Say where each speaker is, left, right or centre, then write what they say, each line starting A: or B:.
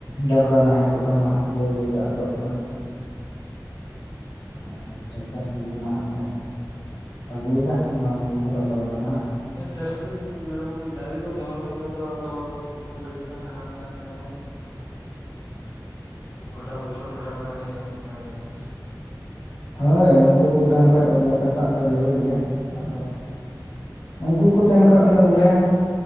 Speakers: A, on the left (about 80°); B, on the left (about 55°).
A: ᱰᱟᱝᱨᱟ ᱱᱟᱦᱮᱞ ᱠᱚᱫᱚ ᱱᱟᱦᱟᱜ ᱵᱟᱹᱭ ᱵᱟᱹᱭᱛᱮ ᱟᱫᱚᱜ ᱠᱟᱱᱟ᱾ ᱟᱨ ᱴᱨᱮᱠᱴᱟᱨ ᱠᱚᱜᱮ ᱱᱟᱦᱟᱜ ᱠᱚ ᱟᱹᱜᱩᱭᱮᱫᱟ ᱚᱱᱟ ᱠᱚᱜᱮ ᱠᱚ ᱞᱟᱜᱟᱣᱼᱮᱫᱟ ᱱᱟᱦᱟᱜ᱾
B: ᱰᱟᱝᱨᱤ ᱢᱮᱨᱚᱢ ᱰᱟᱝᱨᱤ ᱠᱚ ᱫᱚᱦᱚ ᱞᱮᱠᱷᱟᱡ ᱫᱚ ᱫᱚᱦᱚ ᱩᱱᱠᱩ ᱯᱤᱪᱷᱚᱱ ᱨᱮᱦᱚᱸ ᱠᱷᱟᱴᱟᱣ ᱢᱮᱱᱟᱜᱼᱟᱥᱮ ᱮᱠᱷᱚᱱ᱾ ᱜᱚᱴᱟ ᱵᱚᱪᱷᱚᱨ ᱠᱷᱟᱴᱟᱜ ᱞᱟᱜᱟᱣ ᱢᱮᱦᱟ ᱩᱱᱠᱩ ᱛᱟᱭᱚᱢ ᱨᱮᱜᱮ᱾
A: ᱦᱳᱭ ᱩᱱᱠᱩ ᱠᱚ ᱛᱟᱦᱮᱱ ᱠᱷᱟᱡ ᱫᱚ ᱵᱚᱞᱮ ᱠᱷᱟᱴᱟᱜ ᱫᱚ ᱡᱟᱹᱨᱩᱲ ᱜᱮᱭᱟ ᱟᱫᱚ ᱩᱱᱠᱩ ᱠᱚ ᱛᱟᱦᱮᱸᱱ ᱠᱷᱟᱡ ᱚᱱᱮ ᱵᱚᱞᱮ